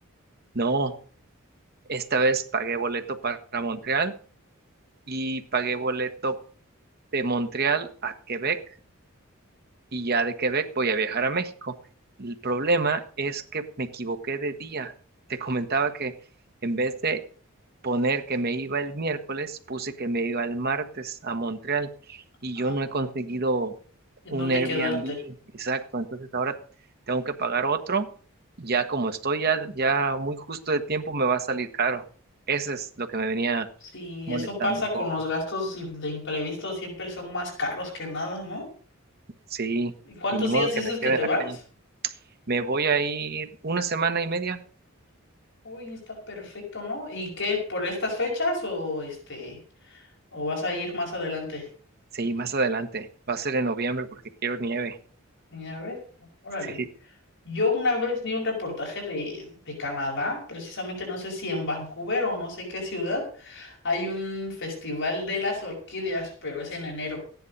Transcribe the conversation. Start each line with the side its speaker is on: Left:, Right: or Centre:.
Right: No, esta vez pagué boleto para Montreal y pagué boleto de Montreal a Quebec y ya de Quebec voy a viajar a México. El problema es que me equivoqué de día. Te comentaba que en vez de poner que me iba el miércoles, puse que me iba el martes a Montreal y
Left: Ah,
Right: yo no he
Left: no.
Right: conseguido
Left: ¿En
Right: un
Left: dónde
Right: Airbnb
Left: quedarte?
Right: exacto. Entonces ahora tengo que pagar otro. Ya como estoy ya, ya muy justo de tiempo, me va a salir caro. Eso es lo que me venía
Left: Sí,
Right: molestando
Left: eso pasa
Right: un poco.
Left: con los gastos i- de imprevistos, siempre son más caros que nada, ¿no?
Right: Sí,
Left: ¿Y cuántos
Right: y ni modo
Left: días dices
Right: que me quede
Left: que te
Right: en la
Left: vas?
Right: calle. Me voy a ir una semana y media.
Left: Uy, está perfecto, ¿no? ¿Y qué, por estas fechas o este, o vas a ir más adelante?
Right: Sí, más adelante. Va a ser en noviembre porque quiero nieve.
Left: Ni a órale.
Right: <laughs> Sí,
Left: Yo una vez vi un reportaje de, de Canadá, precisamente no sé si en Vancouver o no sé qué ciudad, hay un festival de las orquídeas, pero es en enero.